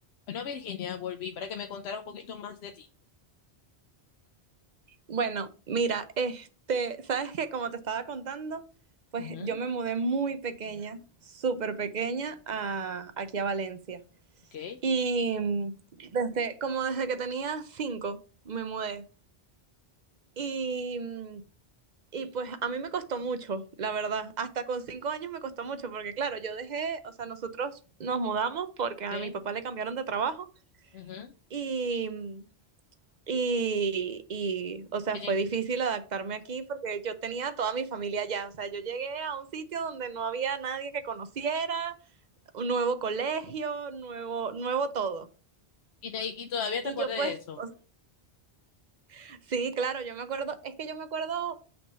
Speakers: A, on the left; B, on the right.
A: Bueno, Virginia, volví para que me contara un poquito más de ti.
B: Bueno, mira, este, sabes que como te estaba contando, pues
A: Ujú,
B: yo me mudé muy pequeña, súper pequeña, a, aquí a Valencia.
A: ok,
B: Y mm, desde, como desde que tenía cinco, me mudé. Y, mm, y pues a mí me costó mucho, la verdad. Hasta con cinco años me costó mucho, porque claro, yo dejé, o sea, nosotros nos mudamos porque a
A: ok,
B: mi papá le cambiaron de trabajo.
A: ujú.
B: y mm, Y, y, o sea,
A: Tenía
B: fue difícil
A: que-
B: adaptarme aquí porque yo tenía toda mi familia allá. O sea, yo llegué a un sitio donde no había nadie que conociera, un nuevo colegio, nuevo, nuevo todo.
A: Y, te- y todavía te
B: Y
A: acuerdas
B: yo pues,
A: de eso.
B: o sea, sí, claro, yo me acuerdo, es que yo me acuerdo